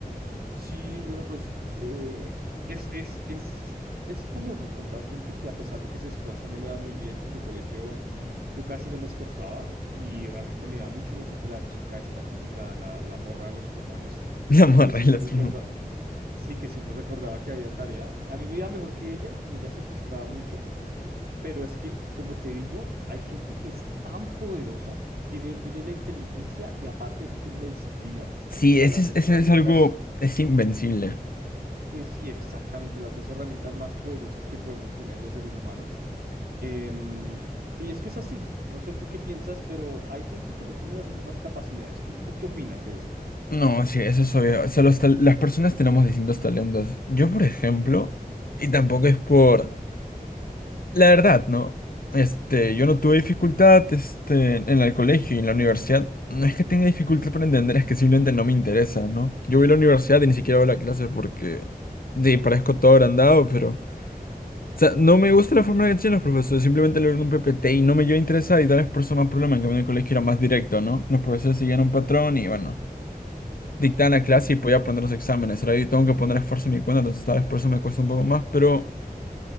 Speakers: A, on the right; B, on the left.
A: Sí, bueno, pues eh, eh, es, es, es, es común encontrar gente que a pesar de que se esfuerza no le va muy bien. En el colegio yo casi no me esforzaba y realmente me iba mucho mejor que la chica esta típica, la, la morra de los plumones,
B: la morra
A: que siempre
B: y las
A: recordaba,
B: plumas.
A: sí, que siempre recordaba que había tarea. A mí me iba mejor que ella y ella se frustraba mucho. Pero es que, como te digo, hay gente que es tan poderosa, tiene, tiene la inteligencia y aparte de eso tiene la disciplina. O
B: Sí,
A: sea,
B: ese
A: las
B: es,
A: dos
B: ese
A: herramientas,
B: es algo, es invencible.
A: es sí, exactamente, las dos herramientas más poderosas que podemos tener los seres humanos. Em, y es que es así, no sé tú qué piensas, pero hay gente que no tiene las mismas capacidades. ¿Tú, tú qué opinas de eso?
B: No, sí, eso es obvio. O sea, los tal- las personas tenemos distintos talentos. Yo, por ejemplo, y tampoco es por... La verdad, ¿no? Este, yo no tuve dificultad, este, en el colegio y en la universidad. No es que tenga dificultad para entender, es que simplemente no me interesa, ¿no? Yo voy a la universidad y ni siquiera voy a la clase porque... Sí, parezco todo agrandado, pero... O sea, no me gusta la forma en que tienen los profesores. Simplemente leo en un PPT y no me yo a interesar y tal vez por eso más problema en que a mí en el colegio era más directo, ¿no? Los profesores seguían un patrón y bueno dictar la clase
A: Ujú,
B: y podía poner los exámenes, ¿verdad? Y tengo que poner esfuerzo en mi cuenta, entonces tal vez por eso me cuesta un poco más, pero